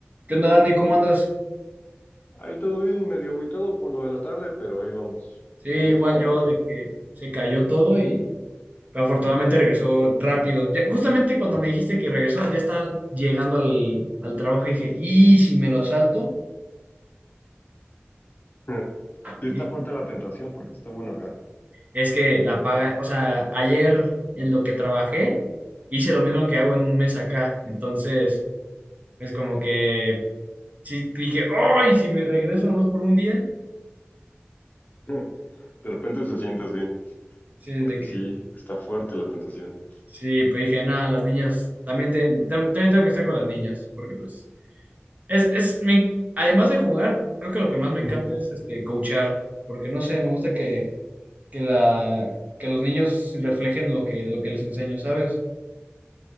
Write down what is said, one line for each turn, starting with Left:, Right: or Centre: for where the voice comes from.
Right: ¿Qué onda, Dani? ¿Cómo andas?
Left: Ahí todo bien, medio agüitado por lo de la tarde, pero ahí vamos,
Right: Sí,
Left: ya
Right: igual
Left: listo para
Right: yo
Left: darle.
Right: de que se cayó todo y pero afortunadamente regresó rápido. Ya- justamente cuando me dijiste que regresó, ya estaba llegando al, al trabajo y dije, ¿y si me lo salto?
Left: <laughs> Sí
Right: Dije,
Left: está fuerte la tentación porque está bueno acá.
Right: es que la paga, o sea, ayer en lo que trabajé, hice lo mismo que hago en un mes acá. Entonces, es como que sí dije, ¡ay! Si me regreso nomás por un día.
Left: <laughs> De repente se siente así,
Right: Sí,
Left: porque
Right: de que
Left: sí, está fuerte la tentación.
Right: sí, pues dije, nada, las niñas, también, ten- tam- también tengo que estar con las niñas, porque pues. Es, es, me- además de jugar, creo que lo que más me
Left: Ujú.
Right: encanta es este coachar, porque no sé, me gusta que, que la, que los niños reflejen lo que, lo que les enseño, ¿sabes?